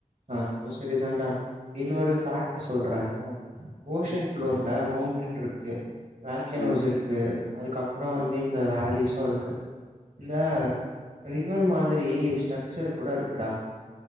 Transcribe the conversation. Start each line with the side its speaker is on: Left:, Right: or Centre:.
Right: அதுவு செரிதாண்டா இன்னொரு ஃபேக்ட் சொல்ற ஓஷன்
Left: ம்
Right: ப்ளோர்ல மவுண்டெய்ன் இருக்கு வேல்கனோஸ்
Left: ம்
Right: இருக் க்கு அதுக்கப்பறோ வந்து
Left: ம்
Right: இந்த வேலிஸு இருக்கு இந்த ரிவர் மாதிரி ஸ்ட்ரக்சர் கூட இருக்குடா